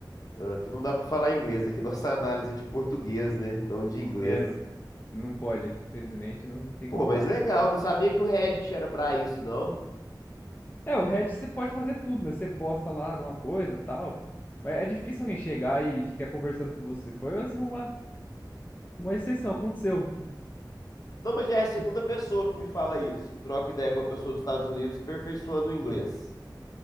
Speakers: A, on the left; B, on the left.
A: Ah, Aqui não dá pra falar inglês, aqui nossa análise é de português, né? Não de inglês.
B: É, não, não pode aqui, felizmente, não, não tem,
A: Pô,
B: não
A: mas
B: dá.
A: legal, não sabia que o Reddit era pra isso, não.
B: É, o Reddit você pode fazer tudo, né? Você posta lá alguma coisa, tal. Mas é difícil alguém chegar e ficar conversando com você. Foi assim uma, uma exceção, aconteceu.
A: Não, mas é a segunda
B: Tipo,
A: pessoa que me fala isso, que troca ideia com a pessoa dos Estados Unidos aperfeiçoando o inglês.